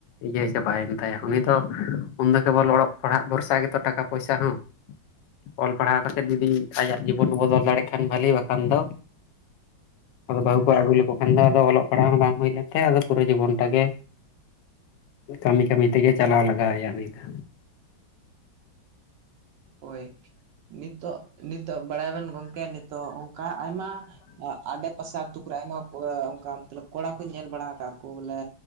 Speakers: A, on the left; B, on the right.
A: ᱤᱭᱟᱹ ᱪᱟᱵᱟᱭᱮᱱ ᱛᱟᱭᱟ, ᱩᱱᱤ ᱫᱚ ᱩᱱᱫᱚ ᱠᱮᱵᱚᱞ ᱚᱞᱚᱜ ᱯᱟᱲᱦᱟᱜ ᱵᱷᱚᱨᱥᱟ ᱜᱮᱛᱚ ᱴᱟᱠᱟ ᱯᱚᱭᱥᱟ ᱦᱚᱸ,
B: <inaudible>
A: ᱚᱞ ᱯᱟᱲᱦᱟᱣ ᱠᱟᱛᱮᱫ ᱡᱩᱫᱤ ᱟᱭᱟᱜ ᱡᱤᱵᱚᱱᱮ ᱵᱚᱫᱚᱞ ᱫᱟᱲᱮᱭᱟᱜ ᱠᱷᱟᱱ ᱵᱷᱟᱹᱞᱤ, ᱵᱟᱠᱷᱟᱱ ᱫᱚ
B: <inaudible>
A: ᱟᱫᱚ ᱵᱟᱹᱦᱩ ᱠᱚ ᱟᱹᱜᱩ ᱞᱮᱠᱚ ᱠᱷᱟᱱ ᱫᱚ ᱟᱫᱚ ᱚᱞᱚᱜ ᱯᱟᱲᱦᱟᱜ ᱦᱚᱸ ᱵᱟᱝ ᱦᱩᱭ ᱞᱮᱱ ᱛᱟᱭᱟ, ᱟᱫᱚ ᱯᱩᱨᱟᱹ ᱡᱤᱵᱚᱱ ᱴᱟᱜ ᱜᱮ ᱠᱟᱹᱢᱤ ᱠᱟᱹᱢᱤ ᱛᱮᱜᱮ ᱪᱟᱞᱟᱣ ᱞᱟᱜᱟᱣ ᱟᱭᱟ ᱩᱱᱤ ᱫᱚ,
B: ᱦᱳᱭ ᱱᱤᱛᱚᱜ ᱱᱤᱛᱚᱜ ᱵᱟᱲᱟᱭ ᱵᱮᱱ ᱜᱚᱝᱠᱮ ᱱᱤᱛᱚᱜ ᱚᱱᱠᱟ ᱟᱭᱢᱟ ᱱᱚᱣᱟ ᱟᱰᱮ ᱯᱟᱥᱮ ᱟᱹᱛᱩ ᱠᱚᱨᱮ ᱟᱭᱢᱟ ᱠᱚ ᱚᱱᱠᱟ ᱢᱚᱛᱞᱚᱵ ᱠᱚᱲᱟ ᱠᱚᱧ ᱧᱮᱞ ᱵᱟᱲᱟ ᱠᱟᱜ ᱠᱚ ᱵᱚᱞᱮ